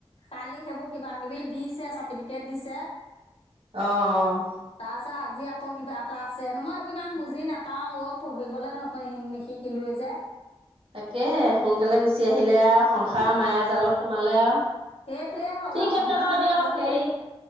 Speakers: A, on the left; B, on the right.
A: কালি সেইবোৰ কিবা কিবি দিছে, চাৰ্টিফিকেট দিছে
B: অহ অহ।
A: তাৰপিছত আজি আকৌ কিবা এটা আছে, মই এইবোৰ ইমান বুজি নাপাও অ পঢ়িবলে নিশিকিলো যে
B: তাকেহে, সোনকালে গুচি আহিলে আৰু সংসাৰৰ
A: অঁ
B: মায়া জালত সোমালে আৰু
A: সেইটোৱে হ'ল
B: ঠিক
A: আৰু সংসাৰ
B: আছে বাৰু
A: মায়া
B: দিয়ক,
A: জাল
B: হেৰি
A: কৰি